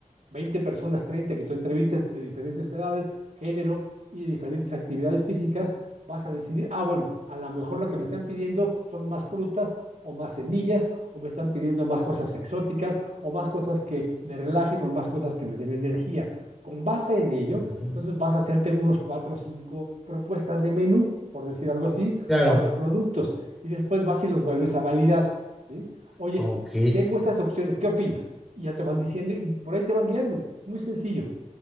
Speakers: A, on the right; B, in the centre.
A: 20 personas, 30 que tú entrevistas de diferentes edades, género y diferentes actividades físicas, vas a decidir, ah, bueno, a lo mejor lo que me están pidiendo son más frutas o más semillas, o me están pidiendo más cosas exóticas, o más cosas que me relajen, o más cosas que me den energía. Con base en ello,
B: Ujú.
A: entonces vas a hacerte unos cuatro o cinco propuestas de menú, por decir algo así,
B: claro.
A: o de productos, y después vas y los vuelves a validar. ¿sí? Oye,
B: Ok.
A: tengo estas opciones, ¿qué opinas? Y ya te van diciendo y por ahí te vas guiando. Muy sencillo.